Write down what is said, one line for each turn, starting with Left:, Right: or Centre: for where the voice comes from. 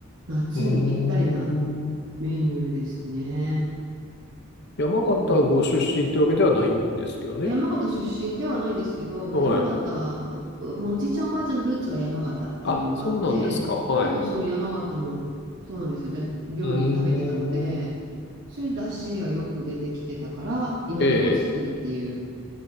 Right: 夏にぴったりな
Left: ーん。
Right: メニューですね。
Left: 山形ご出身ってわけではないんですよね。
Right: そう。山形出身ではないんですけど、まあ、
Left: はい。
Right: 山形、まあ、おまあおじいちゃんおばあちゃんのルーツが山形っていうのがあって、
Left: あ、そうなんですか。はい。
Right: 結構その山形の、そうなんですよ、で料理食べてたので、
Left: うーん。
Right: それだしがよく出てきてたから、今でも作るっていう
Left: ええ、